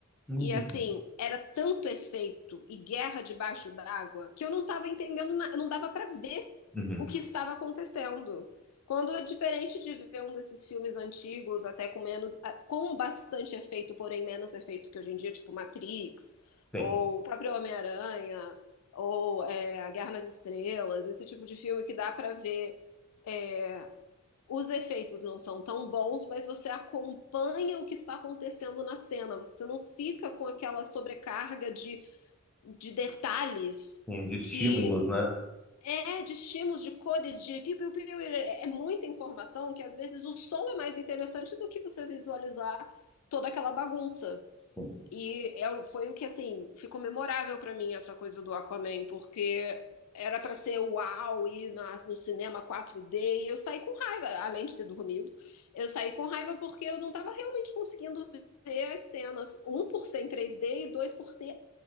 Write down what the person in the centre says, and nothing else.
Uhum.
Uhum.
Tem.
Tem de estímulos,
né?
Sim.